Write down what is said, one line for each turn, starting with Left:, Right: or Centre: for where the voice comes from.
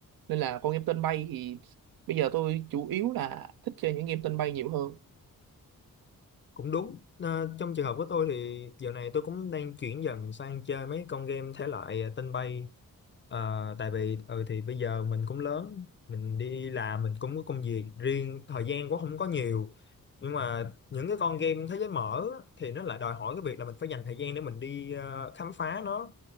Right: nên là con game tên bay thì bây giờ tôi chủ yếu là thích chơi những game tên bay nhiều hơn
Left: cũng đúng Ờ, trong trường hợp của tôi thì giờ này tôi cũng đang chuyển dần sang chơi mấy con game thể loại ờ, tên bay Ờ, tại vì ừ thì bây giờ mình cũng lớn mình đi làm mình cũng có công việc riêng thời gian cũng không có nhiều nhưng mà những cái con game thế giới mở á, thì nó lại đòi hỏi cái việc là mình phải dành thời gian để mình đi ờ, khám phá nó